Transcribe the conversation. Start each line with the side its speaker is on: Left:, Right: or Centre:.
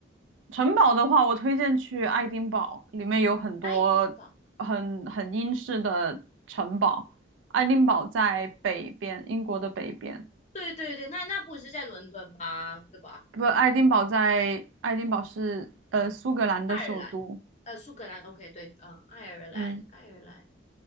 Right: 城堡的话，我推荐去爱丁堡，里面有很多很很英式的城堡。
Left: 爱丁堡，
Right: 爱丁堡在北边，英国的北边。
Left: 对对对，那那不是在伦敦吧？对吧？
Right: 不，爱丁堡在爱丁堡是呃苏格兰的首都。
Left: 爱尔兰，呃，苏格兰，OK，对，嗯、呃爱尔兰，
Right: 嗯，
Left: 爱尔兰，